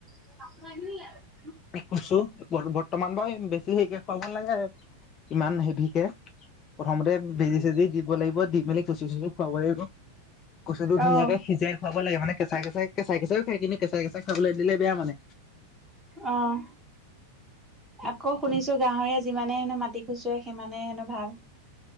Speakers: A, in the centre; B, on the left.
A: তোৰ কাপোৰ আনিলিগে?
B: এইক কৈছো! বৰ্ত, বৰ্তমান বাৰু বেছি হেৰিকে খোৱাব নালাগে, ইমান হেভিকে। প্ৰথমতে, বেজি-চেজি দিব লাগিব। দি মেলি কচ- চচু খোৱাব লাগিব। কচুটো ধুনীয়াকে
A: আহ
B: সিজাই খোৱাব লাগে। মানে, কেঁচাই- কেঁচাই, কেঁচাই- কেঁচাইও খাই। কিন্তু, কেঁচাই-কেঁচাই খাবলে দিলে, বেয়া মানে।
A: অ'! আকৌ শুনিছোঁ! গাহৰিয়ে যিমানে হেনোঁ, মাটি খুচৰে, সিমানে হেনোঁ ভাল।